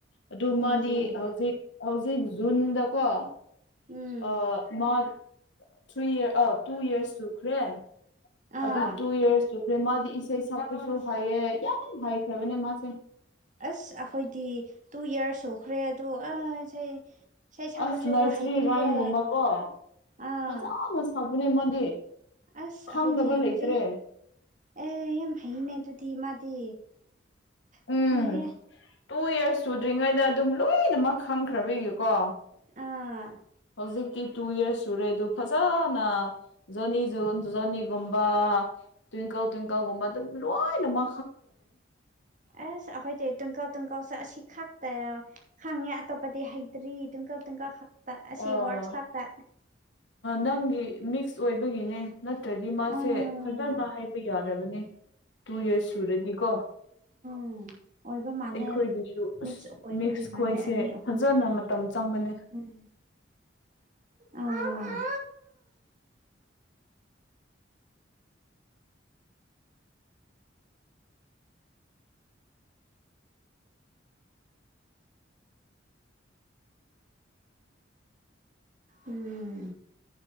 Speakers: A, on the left (about 75°); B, on the right (about 40°).
A: ꯑꯗꯨ
B: ꯎꯝ
A: ꯃꯥꯗꯤ ꯍꯧꯖꯤꯛ ꯍꯧꯖꯤꯛ ꯖꯨꯟꯗꯀꯣ
B: ꯎꯝ
A: ꯑ ꯃ ꯊ꯭ꯔꯤ ꯏꯔꯁ ꯑꯥꯎ ꯇꯨ ꯏꯔꯁ ꯆꯨꯈ꯭ꯔꯦ
B: ꯑꯥ
A: ꯑꯗꯨ ꯇꯨ ꯏꯔꯁ ꯇꯨ ꯃꯥꯗꯤ ꯏꯁꯩ ꯁꯛꯄꯁꯨ ꯍꯩꯌꯦ ꯌꯥꯝ ꯍꯥꯏꯈ꯭ꯔꯕꯅꯦ ꯃꯥꯁꯦ
B: ꯑꯁ ꯑꯩꯈꯣꯏꯗꯤ ꯇꯨ ꯌ꯭ꯔꯁ ꯁꯨꯈ꯭ꯔꯦ ꯑꯗꯨ ꯑ ꯏꯁꯩ ꯏꯁꯩ ꯁꯛꯄꯁꯨ
A: ꯑꯁ ꯅꯔꯁꯔꯤ
B: ꯍꯩꯇ꯭ꯔꯤꯌꯦ
A: ꯔꯥꯏꯝꯁ ꯒꯨꯝꯕꯀꯣ
B: ꯑꯥ
A: ꯃꯖꯅ ꯁꯛꯄꯅꯦ ꯃꯥꯗꯤ
B: ꯑꯁ
A: ꯈꯪꯗꯕ
B: ꯑꯩꯈꯣꯏꯗꯤ ꯍꯥꯇꯔꯤ
A: ꯂꯩꯇ꯭ꯔꯦ
B: ꯑꯦ ꯌꯥꯝ ꯍꯩꯅꯦ ꯑꯗꯨꯗꯤ ꯃꯥꯗꯤ ꯇꯞꯅꯤꯡꯉꯦ
A: ꯎꯝ ꯇꯨ ꯁꯨꯗ꯭ꯔꯤꯉꯩꯗ ꯑꯗꯨꯝ ꯂꯣꯏꯅꯃꯛ ꯈꯪꯈ꯭ꯔꯕ ꯏꯀꯣ
B: ꯑꯥ
A: ꯍꯧꯖꯤꯛꯀꯤ ꯇꯨ ꯌꯔꯁ ꯁꯨꯔꯦꯗꯨ ꯐꯖꯅ ꯖꯔꯅꯤꯁꯨ ꯖꯔꯅꯤꯒꯨꯝꯕ ꯇ꯭ꯋꯤꯡꯀꯜ ꯇ꯭ꯋꯤꯡꯀꯜꯀꯒꯨꯝꯕꯗ ꯑꯗꯨ ꯂꯋꯥꯥꯏꯅꯃ
B: ꯑꯦꯁ ꯑꯩꯈꯣꯏꯗꯤ ꯇꯨꯨꯡꯀꯥꯎ ꯇꯨꯡꯀꯥꯎ ꯆ ꯁꯤ ꯈꯥꯛꯛꯇ ꯈꯪꯉꯦ ꯑꯇꯣꯞꯄꯗꯤ ꯍꯩꯇ꯭ꯔꯤ ꯇꯨꯡꯀꯛ ꯇꯨꯡꯀꯛ ꯑꯁꯤ
A: ꯑ
B: ꯋꯥꯠꯁ ꯀꯥꯀ
A: ꯅꯪꯒꯤ ꯃꯤꯛꯁ ꯑꯣꯏꯕꯒꯤꯅꯦ ꯅꯠꯇ꯭ꯔꯗꯤ ꯃꯥꯁꯦ
B: ꯎꯝ
A: ꯐꯖꯅ ꯍꯥꯏꯕ ꯌꯥꯔꯦ ꯈ ꯇꯨ ꯏꯔꯁ ꯁꯨꯔꯗꯤꯀꯣ
B: ꯎꯝ ꯑꯣꯏꯕ ꯃꯥꯜꯂꯦ
A: ꯑꯩꯈꯣꯏꯒꯤꯁꯨ ꯑꯁ
B: ꯃꯤꯛꯁ ꯑꯣꯏꯕꯒꯤ
A: ꯃꯤꯛꯁ
B: ꯃꯥꯜꯂꯦ
A: ꯈꯣꯏꯁꯦ
B: ꯑꯅꯤ ꯑꯍꯨꯝ
A: ꯐꯖꯅ ꯃꯇꯝ ꯆꯪꯕꯅꯦ
B: ꯎꯝ ꯑ ꯎꯝ